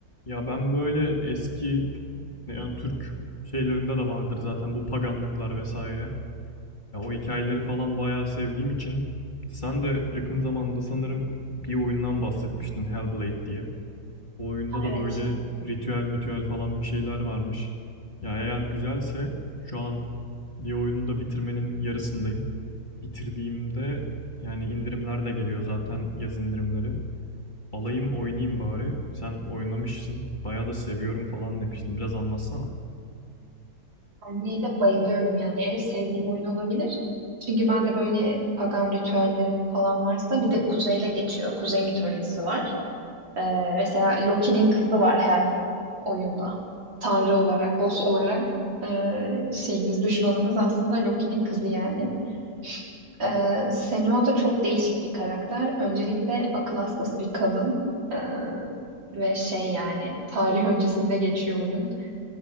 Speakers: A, on the left (about 25°); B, on the right (about 75°).
A: Ya ben böyle eski yani Türk şeylerinde de vardır zaten bu paganlıklar vesaire. Ya o hikayeleri falan bayağı sevdiğim için sen de yakın zamanda sanırım bir oyundan bahsetmiştin Hellblade diye. O oyunda da
B: Evet,
A: böyle ritüel mitüel falan bir şeyler varmış. Ya eğer güzelse şu an bir oyunu da bitirmenin yarısındayım. Bitirdiğimde yani indirimler de geliyor zaten yaz indirimleri. Alayım oynayayım bari. Sen oynamışsın. Bayağı da seviyorum falan demiştin. Biraz anlatsana.
B: Stanley'e de bayılıyorum yani en sevdiğim oyun olabilir. Çünkü ben de böyle pagan ritüelleri falan varsa bir de kuzeyde geçiyor. Kuzey mitolojisi var. Ee, mesela Loki'nin kızı var Hel oyunda. Tanrı olarak, boss olarak ee, şeyimiz, düşmanımız aslında Loki'nin kızı yani. Ee, Senua da çok değişik bir karakter. Öncelikle akıl hastası bir kadın. Ee, ve şey yani tarih öncesinde geçiyor oyun.